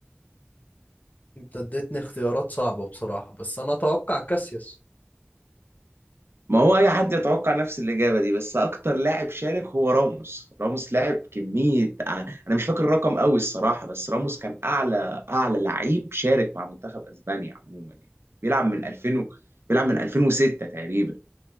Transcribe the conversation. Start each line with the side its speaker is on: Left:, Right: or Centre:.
Left: انت اديتني اختيارات صعبة بصراحة بس انا اتوقع كاسياس
Right: ما هو اي حد يتوقع نفس الاجابه دي بس اكتر لاعب شارك هو راموس راموس لاعب كميه ع- انا مش فاكر الرقم قوي الصراحه بس راموس كان اعلى اعلى لعيب شارك مع منتخب اسبانيا عموما يعني بيلعب من 2000 و... بيلعب من 2006 تقريبا